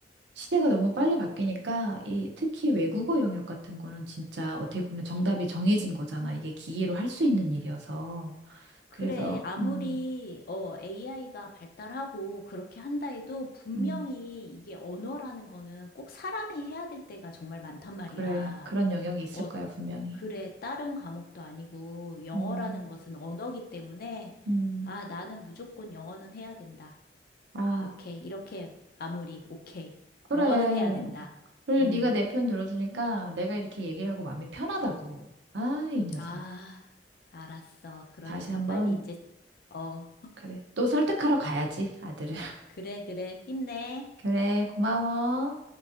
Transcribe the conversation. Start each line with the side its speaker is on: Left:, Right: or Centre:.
Right: 시대가 너무 빨리 바뀌니까 이 특히 외국어 영역 같은 거는 진짜 어떻게 보면 정답이 정해진 거잖아. 이게 기계로 할 수 있는 일이어서.
Left: 그래,
Right: 그래서
Left: 아무리,
Right: 음,
Left: 어, AI가 발달하고 그렇게 한다 해도 분명히
Right: 음,
Left: 이게 언어라는 거는 꼭 사람이 해야 될 때가 정말 많단 말이야.
Right: 그래. 그런 영역이 있을
Left: 어,
Right: 거야, 분명히.
Left: 그래, 다른 과목도 아니고 영어라는
Right: 음,
Left: 것은 언어기 때문에,
Right: 음.
Left: 아, 나는 무조건 영어는 해야 된다.
Right: 아,
Left: 오케이. 이렇게 마무리. 오케이.
Right: 그래.
Left: 영어는 해야 된다.
Right: 그리고
Left: 음,
Right: 네가 내 편 들어주니까 내가 이렇게 얘기를 하고 마음이 편하다고. 아, 이 녀석.
Left: 아, 알았어. 그러니까
Right: 다시 한번
Left: 빨리 이제, 어,
Right: 그래. 또 설득하러 가야지, 아들을. <laughs>
Left: 그래, 그래. 힘내.
Right: 그래, 고마워.